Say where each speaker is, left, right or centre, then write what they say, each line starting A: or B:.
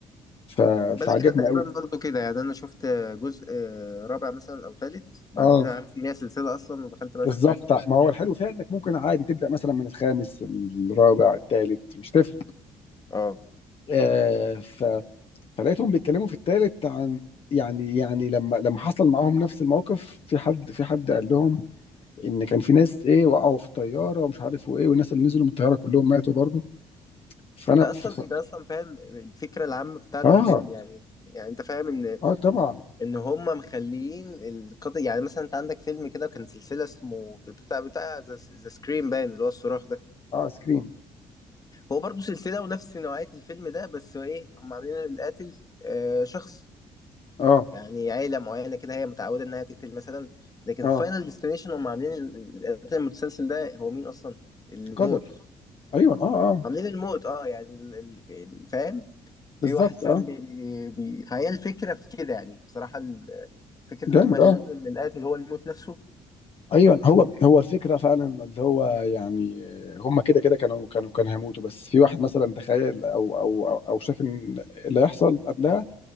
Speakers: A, on the left; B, on the left.
A: ف...
B: خد بالك
A: فعجبني
B: انا تقريبا
A: قوي
B: برضو كده يعني انا شفت جزء رابع مثلا او تالت بعد
A: اه
B: كده عارف ان هي سلسله اصلا ودخلت بقى
A: بالظبط
B: شفتها كلها
A: ما هو الحلو فيها انك ممكن عادي تبدا مثلا من الخامس الرابع الثالث مش تفرق
B: اه
A: آه ف... فلقيتهم بيتكلموا في الثالث عن يعني يعني لما لما حصل معاهم نفس الموقف في حد في حد قال لهم ان كان في ناس ايه وقعوا في الطياره ومش عارف وايه والناس اللي نزلوا من الطياره كلهم ماتوا برضو فانا
B: انت اصلا
A: ف...
B: انت اصلا فاهم الفكره العامه بتاعت
A: اه
B: الفيلم يعني يعني انت فاهم ان
A: اه طبعا
B: ان هم مخليين القضيه يعني مثلا انت عندك فيلم كده كان سلسله اسمه بتاع بتاع ذا سكريم باين اللي هو الصراخ ده
A: اه سكريم
B: هو برضو سلسله ونفس نوعيه الفيلم ده بس هو ايه هم عاملين القاتل آه شخص
A: اه
B: يعني عيلة معينة كده هي متعودة إنها تقتل مثلا لكن
A: اه
B: فاينل ديستنيشن هم عاملين ال- القتل المتسلسل ده هو مين أصلا؟ الموت
A: قدر ايوه اه اه
B: عاملين الموت اه يعني ال- ال- ال- فاهم؟
A: بالظبط
B: في واحد فاهم
A: اه
B: بي بي بي- فهي الفكرة في كده يعني بصراحة ال- فكرة
A: جامد
B: إن هم يخلوا
A: اه
B: إن القاتل هو الموت نفسه
A: ايوه هو هو الفكره فعلا اللي هو يعني هم كده كده كانوا كانوا كانوا هيموتوا بس في واحد مثلا تخيل او او او, أو شاف ان اللي هيحصل قبلها